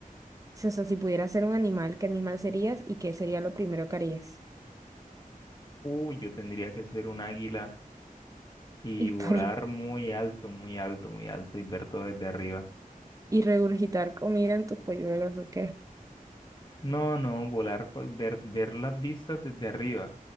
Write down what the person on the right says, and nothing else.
si- o sea, si pudieras ser un animal, ¿qué animal serías y qué sería lo primero que harías?
<laughs> Y
por
y regurgitar comida en tus polluelos, ¿o qué?